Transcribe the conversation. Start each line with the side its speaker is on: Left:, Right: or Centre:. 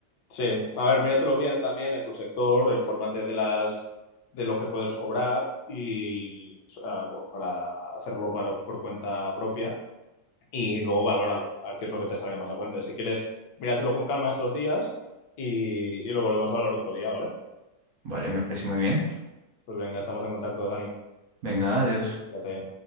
Left: Sí, a ver, míratelo bien también en tu sector, infórmate de las de lo que puedes cobrar y o sea, para hacerlo para- por cuenta propia y luego valóralo, a ver qué es lo que te sale más a cuenta. Si quieres, míratelo con calma estos días y, y lo volvemos a hablar otro día, ¿vale?
Right: Vale, me parece muy bien.
Left: Pues venga, estamos en contacto, Dani.
Right: Venga, adiós.
Left: Cuídate.